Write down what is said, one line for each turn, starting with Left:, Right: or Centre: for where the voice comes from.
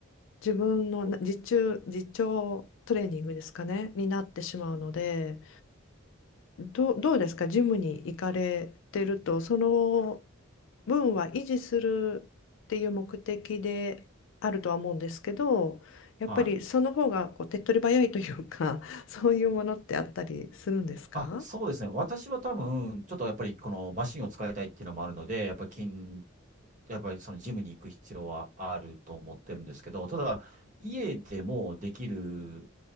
Left: 自分のな自重、自トレーニングですかね、になってしまうので、
Right: うん、
Left: どう、どうですか、ジムに行かれてると、その分は維持するっていう目的であるとは思うんですけど、やっぱりその方がこう手っ取り早いというか、
Right: はい。
Left: <laughs> そういうものってあったりするんですか
Right: あ、そうですね。私は多分、ちょっとやっぱりこのマシンを使いたいっていうのもあるので、やっぱり筋、やっぱりそのジムに行く必要はあると思ってるんですけど、ただ、家でもできる